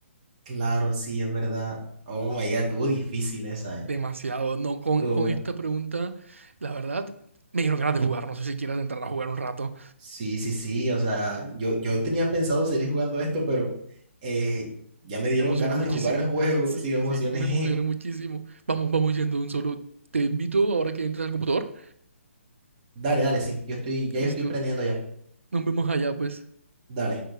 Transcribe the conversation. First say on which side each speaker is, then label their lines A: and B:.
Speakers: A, on the right; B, on the right.
A: Claro, sí, es verdad. Oh my God, estuvo difícil esa, ¿eh?
B: Demasiado, no, con,
A: Estuvo
B: con
A: buena.
B: esta pregunta, la verdad, me dieron ganas de jugar. No sé si quieres entrar a jugar un rato.
A: Sí, sí, sí, o sea, yo, yo tenía pensado seguir jugando esto, pero eh, ya me dieron
B: Me emocioné
A: ganas
B: muchísimo.
A: de jugar el juego,
B: Sí,
A: <laughs> sí me emocioné.
B: sí, me emocioné muchísimo.
A: <laughs>
B: Vamos, vamos yendo de un solo. Te invito ahora que entres al computador.
A: Dale, dale, sí, yo estoy, ya
B: Listo.
A: yo estoy prendiendo ya.
B: Nos vemos allá, pues.
A: Dale.